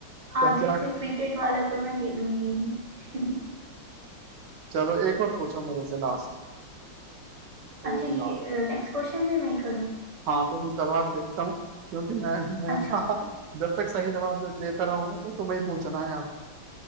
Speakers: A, on the right; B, on the right.
A: आगे
B: तब जा
A: से क्रिकेट वाला तो मैं खेलूंगी नहीं
B: चलो एक और पूछो मेरे से लास्ट
A: <laughs> अच्छा
B: एक
A: ये
B: लास्ट
A: नेक्स्ट क्वेश्चन भी मैं करूँ
B: हाँ तुम ही करवा देखता हूँ क्योंकि मैं मैं
A: अच्छा
B: ना जब तक सही जवाब दे- देता रहूंगा तो तुम्हें ही पूछना है अब